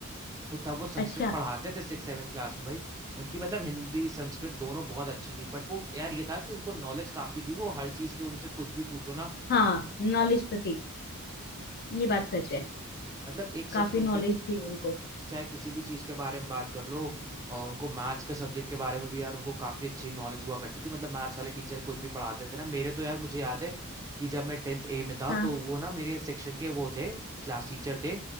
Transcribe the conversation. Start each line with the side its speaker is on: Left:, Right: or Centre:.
Right: तो तब वो संस्कृत
Left: अच्छा
Right: पढ़ाते थे सिक्स सेवेंथ क्लास में भाई उनकी मतलब हिंदी संस्कृत दोनों बहुत अच्छी थी बट वो यार ये था कि उनको नॉलेज काफी थी वो हर चीज के उनसे कुछ भी पूछो ना
Left: हाँ
Right: तो
Left: नॉलेज तो थी ये बात सच है
Right: मतलब एक सच
Left: काफी
Right: में उनका
Left: नॉलेज थी उनको
Right: चाहे किसी भी चीज के बारे में बात कर लो और उनको मैथ्स के सब्जेक्ट के बारे में भी यार उनको काफी अच्छी नॉलेज हुआ करती थी मतलब मैथ्स वाले टीचर कुछ भी पढ़ाते थे ना मेरे तो यार मुझे याद है कि जब मैं टेंथ ए में था
Left: हाँ
Right: तो वो ना मेरे सेक्शन के वो थे क्लास टीचर थे